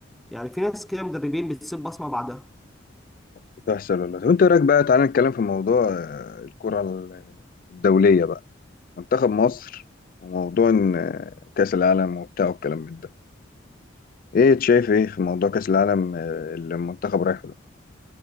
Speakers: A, in the centre; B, on the left.
A: يعني في ناس كده مدربين بتسيب بصمه بعدها
B: بتحصل ولا طب انت رأيك بقى تعالى نتكلم في موضوع آه، الكرة ال- الدولية بقى منتخب مصر وموضوع إن، آه، كأس العالم وبتاع والكلام من ده ايه شايف ايه في موضوع كأس العالم آه، اللي المنتخب رايحه ده